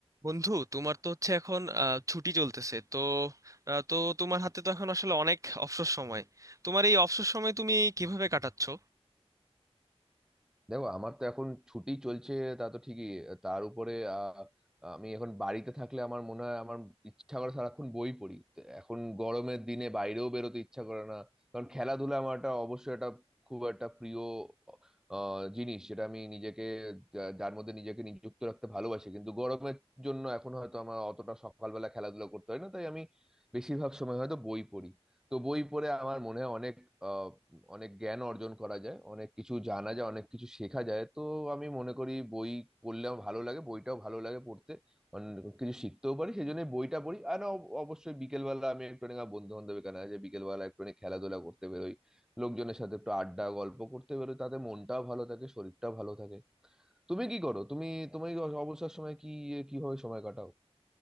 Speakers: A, on the right; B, in the centre.
A: বন্ধু তোমার তো হচ্ছে এখন আহ, ছুটি চলতেছে তো আহ, তো তোমার হাতে তো এখন আসলে অনেক অবসর সময় তোমার এই অবসর সময় তুমি কিভাবে কাটাচ্ছো
B: দেখো আমার তো এখন ছুটি চলছে তা তো ঠিকই তার উপরে আহ, আমি এখন বাড়িতে থাকলে আমার মনে হয় আমার ইচ্ছা করে সারাক্ষণ বই পড়ি তো এখন গরমের দিনে বাইরেও বেরোতে ইচ্ছা করে না কারণ খেলাধুলা আমার একটা অবশ্যই একটা খুব একটা প্রিয় আহ, জিনিস যেটা আমি নিজেকে যা- যার মধ্যে নিজেকে নিযুক্ত রাখতে ভালোবাসি কিন্তু গরমের জন্য এখন হয়তো আমার অতটা সকালবেলা খেলাধুলা করতে হয় না তাই আমি বেশিরভাগ সময় হয়তো বই পড়ি তো বই পড়ে আমার মনে হয় অনেক অনেক জ্ঞান অর্জন করা যায় অনেক কিছু জানা যায় অনেক কিছু শেখা যায় তো আমি মনে করি বই পড়লে আমার ভালো লাগে বইটাও ভালো লাগে পড়তে অনেক কিছু শিখতেও পারি সেই জন্য বইটা পড়ি আর না, অব- অবশ্যই বিকেলবেলা আমি একটু বন্ধু বান্ধব এখানে আছে বিকেলবেলা একটু খেলাধুলা করতে বেরোই লোকজনের সাথে একটু আড্ডা গল্প করতে বেরোই তাতে মনটাও ভালো থাকে শরীরটাও ভালো থাকে তুমি কি করো তুমি তুমি অবসর সময় কি কিভাবে সময় কাটাও